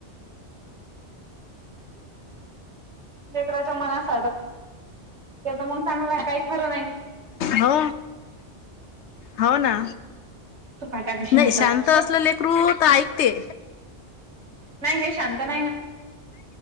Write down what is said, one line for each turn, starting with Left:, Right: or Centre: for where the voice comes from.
Right: नेत्राच्या मना अस तर मग चांगला काही खरं नाही
Left: हो हो ना.
Right: तू काटाकुशीन
Left: नाही
Right: हातात
Left: शांत
Right: सोड
Left: असलं लेकरू तर ऐकते.
Right: नाही हे शांत नाही ना